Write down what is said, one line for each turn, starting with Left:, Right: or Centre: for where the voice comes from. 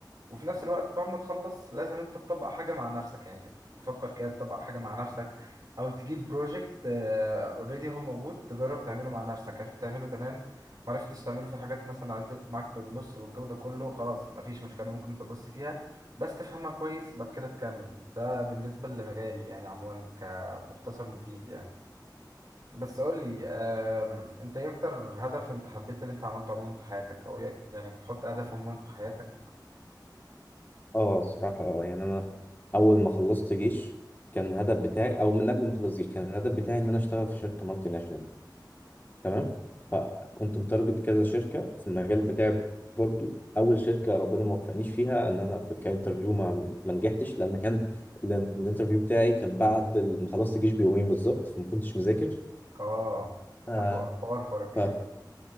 Right: وفي نفس الوقت بعد ما تخلص لازم انت تطبق حاجة مع نفسك يعني تف- تفكر كده تطبق حاجة مع نفسك او تجيب بروجكت اوريدي هو موجود تجرب تعمله مع نفسك عرفت تعمله تمام معرفتش تعمله في حاجات مثلا عطلت معاك في النص والجو ده كله خلاص مفيش مشكلة ممكن تبص فيها بس تفهمها كويس بعد كده تكمل ده بالنسبة لمجالي يعني عموما كمختصر مفيد يعني بس قول لي آم، انت ايه اكتر هدف انت حبيت اللي انت عملته عموما في حياتك او ايه- يعني بتحط هدف عموما في حياتك
Left: اه صراحه اه يعني انا اول ما خلصت جيش كان الهدف بتاعي او من قبل ما اخلص جيش كان الهدف بتاعي ان انا اشتغل في شركه مالتي ناشونال تمام فكنت متارجت كذا شركه في المجال بتاعي برضو اول شركه ربنا ما وفقنيش فيها ان انا في كانترفيو ما ما نجحتش لان كان لأن الانترفيو بتاعي كان بعد ال- ما خلصت الجيش بيومين بالظبط فما كنتش مذاكر
Right: اه
Left: آه
Right: ده حو- حوار حوار الجيش
Left: ف
Right: ده